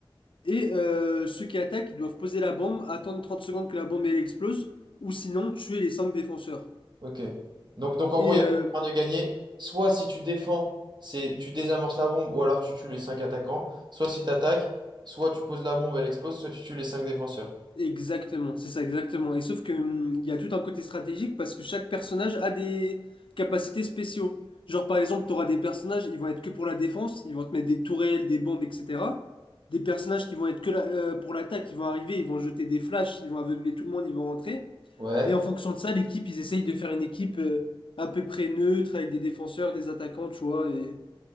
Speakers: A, on the left; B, on the right.
A: Et euh, ceux qui attaquent, ils doivent poser la bombe, attendre 30 secondes que la bombe elle explose, ou sinon tuer les 5 défenseurs.
B: ok. Donc, donc en
A: Et
B: gros, il y
A: euh,
B: a un de gagner. Soit si tu défends, c'est tu désamorces la bombe, ou alors tu tues les 5 attaquants. Soit si tu attaques, soit tu poses la bombe, elle explose, soit tu tues les 5 défenseurs.
A: Exactement, c'est ça, exactement. Et sauf que hum, il y a tout un côté stratégique parce que chaque personnage a des capacités spéciaux. Genre par exemple, tu auras des personnages, ils vont être que pour la défense, ils vont te mettre des tourelles, des bombes, etc. Des personnages qui vont être que la- euh, pour l'attaque, ils vont arriver, ils vont jeter des flashs, ils vont aveugler tout le monde, ils vont rentrer.
B: Ouais.
A: Et en fonction de ça, l'équipe, ils essayent de faire une équipe euh, à peu près neutre avec des défenseurs, des attaquants, tu vois. Et